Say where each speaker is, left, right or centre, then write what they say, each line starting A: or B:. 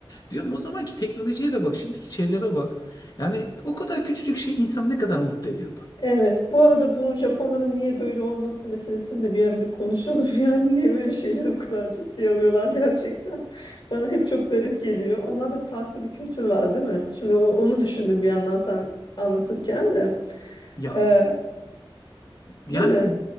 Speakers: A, on the left (about 45°); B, on the left (about 60°).
A: Diyorum o zamanki teknolojiye de bak, şimdiki şeylere bak. Yani o kadar küçücük şey insanı ne kadar mutlu ediyordu.
B: Evet. Bu arada bu Japonların niye böyle olması meselesini de bir ara bir konuşalım. <laughs> Yani niye böyle şeyleri bu kadar ciddiye alıyorlar gerçekten. Bana hep çok garip geliyor. Onlarda farklı bir kültür var değil mi? Şimdi o- onu düşündüm bir yandan sen anlatırken de.
A: Ya
B: Ee, değil
A: yani
B: mi?